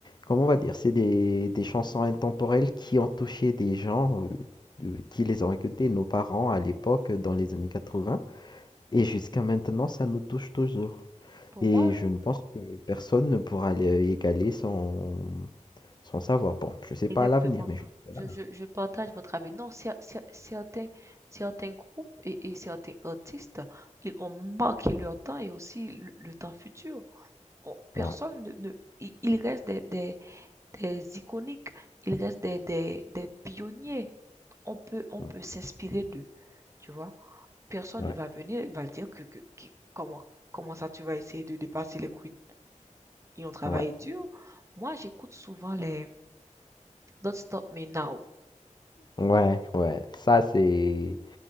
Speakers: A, on the left (about 35°); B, on the right (about 20°).
A: comment on va dire, c'est des, des chansons intemporelles qui ont touché des gens, euh, euh, qui les ont écoutées, nos parents à l'époque, dans les années 80. Et jusqu'à maintenant, ça nous touche toujours.
B: pour
A: Et
B: moi,
A: je ne pense que personne ne pourra les égaler son, son savoir. Bon, je sais
B: exactement.
A: pas à l'avenir, mais jusque-là.
B: Je, je, je partage
A: Ouais,
B: votre avis. Non, cer- cer- certains, certains groupes et, et certains artistes, ils ont marqué leur temps et aussi le, le temps futur. On- personne
A: ouais,
B: ne, ne- il il reste des, des, des iconiques, il reste des, des, des pionniers. on peut, on
A: ouais.
B: peut s'inspirer d'eux, tu vois. Personne
A: ouais.
B: ne va venir et va dire que, que- que- comment, comment ça tu vas essayer de dépasser les queens. Ils ont travaillé
A: ouais.
B: dur. Moi, j'écoute souvent les Don't Stop Me Now.
A: Ouais, ouais, ça c'est